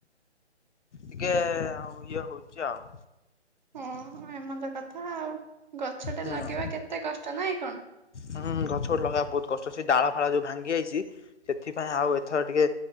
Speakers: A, on the left; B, on the right.
A: ଟିକେ ଆଉ ଇଏ ହଉଛି ଆଉ।
B: ହଁ ଏମନ୍ତ କଥା ଆଉ ଗଛଟେ
A: ହଁ।
B: ଲାଗିବା କେତେ କଷ୍ଟ ନାଇଁ କଣ?
A: ହୁଁ ଗଛ ଲଗେଇବା ବହୁତ କଷ୍ଟ ଅଛି ଡାଳ ଫାଳ ଯୋଉ ଭାଙ୍ଗି ଯାଇଛି ସେଥିପାଇଁ ଆଉ ଏଥର ଟିକେ